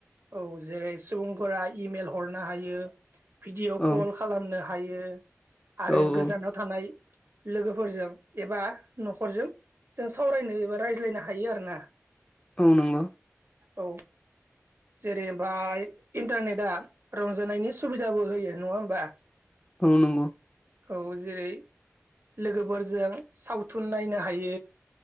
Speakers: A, on the right; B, on the left.
A: औ जेरै सुबुंफोरा इमेल हरनो हायो भिडिअ
B: औ
A: कल खालामनो हायो आरो
B: औ औ
A: गोजानाव थानाय लोगोफोरजों एबा न'खरजों जों सावरायनो एबा रायज्लायनो हायो आरोना।
B: औ नंगौ।
A: औ। जेरै ओमफाय इन्टारनेटआ रंजानायनि सुबिदाबो होयो नङा होमबा?
B: औ नंगौ।
A: औ जेरै लोगोफोरजों सावथुन नायनो हायो।